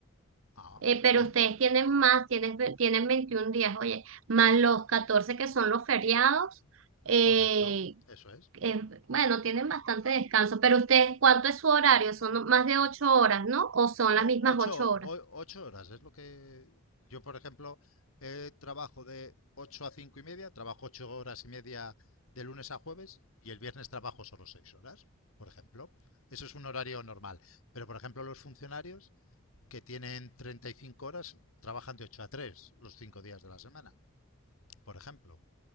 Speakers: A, on the left; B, on the right.
A: Ah,
B: Eh, pero
A: ujú,
B: ustedes tienen más, tienen, ve- tienen 21 días, oye, más los 14 que son los feriados. eh,
A: correcto, eso es.
B: eh, bueno, tienen bastante descanso, pero ustedes, ¿cuánto es su horario? Son más de 8 horas, ¿no? ¿O son
A: No,
B: las mismas
A: ocho
B: ocho horas?
A: o 8 horas es lo que yo, por ejemplo, eh, trabajo de 8 a 5 y media, trabajo ocho horas y media de lunes a jueves y el viernes trabajo solo 6 horas, por ejemplo. Eso es un horario normal. Pero, por ejemplo, los funcionarios que tienen 35 horas trabajan de 8 a 3 los 5 días de la semana, por ejemplo.